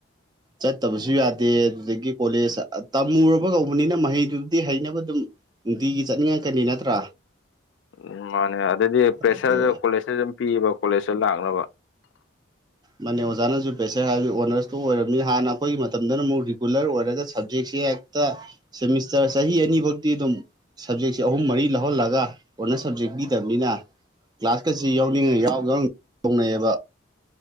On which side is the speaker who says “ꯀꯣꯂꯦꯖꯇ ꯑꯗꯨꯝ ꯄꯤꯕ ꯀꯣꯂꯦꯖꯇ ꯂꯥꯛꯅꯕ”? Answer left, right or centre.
Left